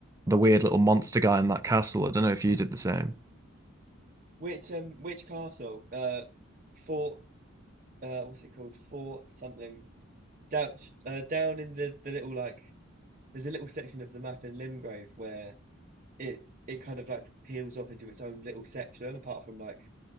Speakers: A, on the right; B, on the right.
A: the weird little monster guy in that castle. I don't know if you did the same.
B: Which um which castle? Uh, Fort uh what's it called? Fort something. Down uh down in the the little like there's a little section of the map in Limgrave where it it kind of like peels off into its own little section apart from like